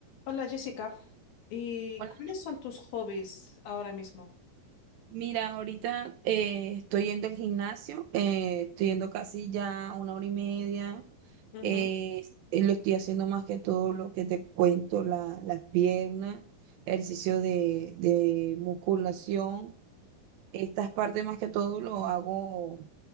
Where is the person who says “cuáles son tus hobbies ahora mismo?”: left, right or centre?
Left